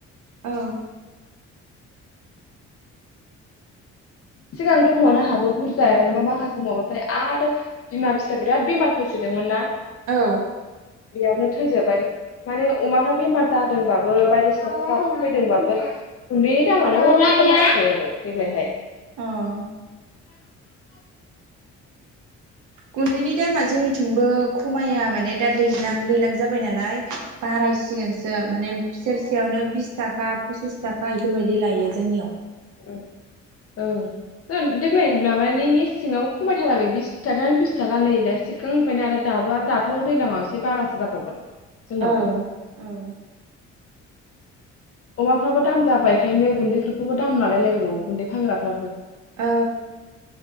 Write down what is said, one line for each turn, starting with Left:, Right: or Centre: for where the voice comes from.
Right: औ
Left: सिगां दंमोन आहाबो बुरजा माखासे मफाय आरो बिमा फिसा बिराद बेमार फैसोदोंमोनना।
Right: औ।
Left: बेयावनो थैजोबबाय माने अमाफ्रा बेमार जादोंबाबो बायदिसिनाफ्रा फैदोंबाबो गुन्दैनि दामानो खमायाखै आरो। देग्लायहाय
Right: औ। गुन्दैनि दामा जोंनि थिंबो खमाया माने दा दैज्ला दैलां जाबाय नालाय। बारायसिगोनसो माने सेरसेयावनो बिस थाखा पसिस थाखा इफोरबायदि बिदि लायो जोंनियाव।
Left: ओ ओ ओ देग्लाय माबानि मेसेंआव खमायथाराखै बिस थाखानो बिस थाखा नै दा सिगांनिफ्रायनो आरो दाबो आरो दाथ' दैजलांआव एसे बारासो जाबावगोन। जोंनावबो
Right: औ औ।
Left: अमाफ्राबो दाम जाबाय एखायनो गुन्दैफोरखौबो दाम लालायलायनांगौ गुन्दै फानग्राफ्राबो।
Right: औ।